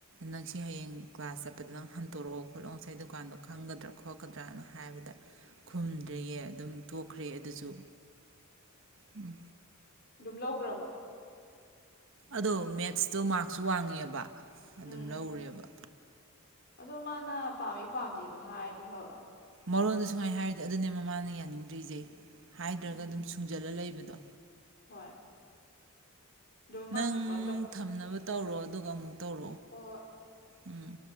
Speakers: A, on the right; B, on the left.
A: ꯅꯪꯁꯤ ꯍꯌꯦꯡ ꯀ꯭ꯂꯥꯁ ꯆꯠꯄꯗ ꯅꯪ ꯍꯟꯇꯣꯔꯛꯑꯣ ꯈꯣꯠꯂꯣ ꯉꯁꯥꯏ ꯗꯨꯀꯥꯟꯗꯣ ꯈꯪꯒꯗ꯭ꯔꯥ ꯈꯣꯠꯀꯗ꯭ꯔꯅ ꯍꯥꯏꯕꯗ ꯈꯨꯝꯗ꯭ꯔꯦꯌꯦ ꯑꯗꯨꯝ ꯇꯣꯛꯈ꯭ꯔꯦ ꯑꯗꯨꯁꯨ ꯎꯝ
B: ꯑꯗꯨꯝ ꯂꯧꯈ꯭ꯔꯕ
A: ꯑꯗꯣ ꯃꯦꯠꯁꯇꯣ ꯃꯥꯔꯛꯁꯨ ꯋꯥꯡꯉꯦꯕ ꯑꯗꯨꯝ
B: ꯎꯝ
A: ꯂꯧꯔꯦꯕ
B: ꯑꯗꯣ ꯃꯥꯅ ꯄꯥꯝꯃꯤ ꯄꯥꯝꯗꯦꯗꯣ ꯍꯥꯏꯔꯗꯤ ꯐꯕ
A: ꯃꯔꯣꯟꯗ ꯁꯨꯡꯉꯥꯏꯅ ꯍꯥꯏꯔꯗꯤ ꯑꯗꯨꯅꯦ ꯃꯃꯥꯅ ꯌꯥꯅꯤꯡꯗ꯭ꯔꯤꯁꯦ ꯍꯥꯏꯗ꯭ꯔꯒ
B: ꯎꯝ
A: ꯑꯗꯨꯝ ꯁꯨꯡꯖꯜꯂ ꯂꯩꯕꯅꯤ ꯗ
B: ꯍꯣꯏ ꯑꯗꯨꯝ ꯃꯥ
A: ꯅꯪ
B: ꯊꯣꯛꯄ
A: ꯊꯝꯅꯕ ꯇꯧꯔꯣ ꯑꯗꯨꯒ ꯑꯃꯨ ꯇꯧꯔ
B: ꯑꯣ
A: ꯎꯝ